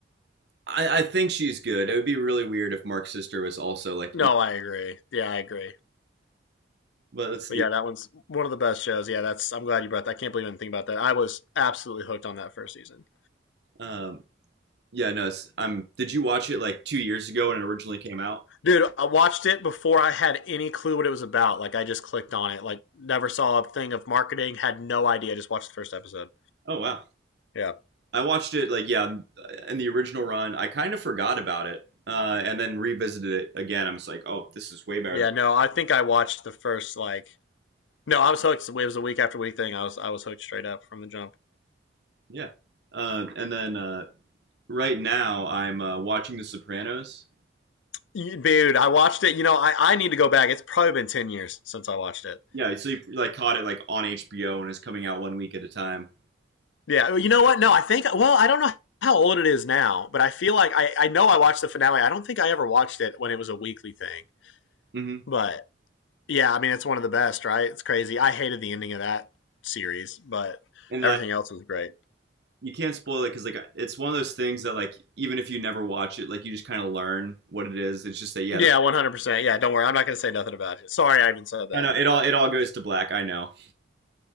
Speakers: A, on the right; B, on the left.
A: I, I think she's good. It would be really weird if Mark's sister was also like
B: No,
A: evil.
B: I agree. Yeah, I agree.
A: But let's see.
B: But yeah, that one's one of the best shows. Yeah, that's. I'm glad you brought that. I can't believe I think about that. I was absolutely hooked on that first season,
A: Um, yeah, no. It's, am did you watch it like two years ago when it originally came out?
B: dude. I watched it before I had any clue what it was about. Like I just clicked on it. Like never saw a thing of marketing. Had no idea. Just watched the first episode.
A: Oh wow.
B: Yeah,
A: I watched it like yeah in the original run. I kind of forgot about it uh, and then revisited it again. I'm just like, oh, this is way better
B: yeah. No, I think I watched the first like. No, I was hooked. It was a week after week thing. I was I was hooked straight up from the jump.
A: Yeah. Uh, and then uh, right now I'm uh, watching The Sopranos.
B: Dude, I watched it. You know, I, I need to go back. It's probably been ten years since I watched it.
A: Yeah, so you like caught it like on HBO and it's coming out one week at a time.
B: Yeah, well, you know what? No, I think. Well, I don't know how old it is now, but I feel like I, I know I watched the finale. I don't think I ever watched it when it was a weekly thing.
A: hmm
B: But yeah, I mean, it's one of the best, right? It's crazy. I hated the ending of that series, but
A: And
B: everything
A: I
B: else was great.
A: you can't spoil it because like it's one of those things that like even if you never watch it, like you just kind of learn what it is. It's just that yeah,
B: Yeah,
A: the,
B: one hundred percent. Yeah, don't worry. I'm not gonna say nothing about it. Sorry, I even said that.
A: I know it all it all goes to black. I know